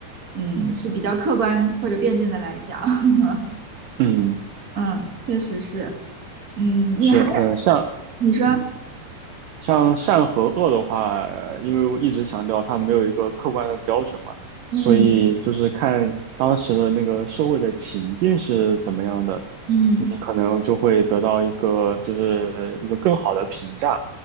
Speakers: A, on the right (about 25°); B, on the right (about 75°).
A: 嗯，是比较客观或者辩证的来讲。<laughs>
B: 嗯，
A: 嗯，确实是。嗯，
B: 是，
A: 你还，
B: 嗯，像。
A: 你说，
B: 嗯。像善和恶的话，呃因为我一直强调它没有一个客观的标准嘛，
A: 嗯
B: 所以就是看当时的那个社会的情境是怎么样的，
A: 嗯
B: 你可能就会得到一个就是一个更好的评价。